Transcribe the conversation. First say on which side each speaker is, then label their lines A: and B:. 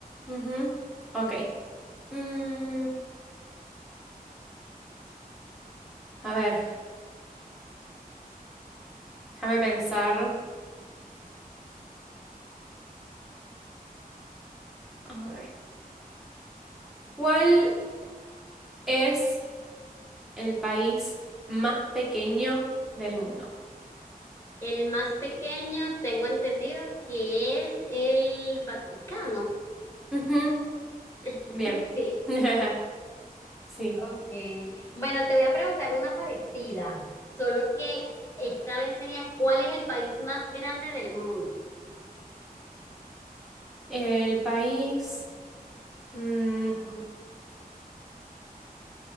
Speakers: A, in the centre; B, on the left.
A: Ujú. Ok. Mm, a ver, déjame pensar. A ver. ¿Cuál es el país más pequeño del mundo?
B: El más pequeño, tengo entendido que es el Vaticano.
A: Ujú.
B: <laughs>
A: Bien.
B: sí.
A: <laughs> Sí.
B: Ok. Bueno, te voy a preguntar una parecida, solo que esta vez sería, ¿cuál es el país más grande del mundo?
A: El país, mm,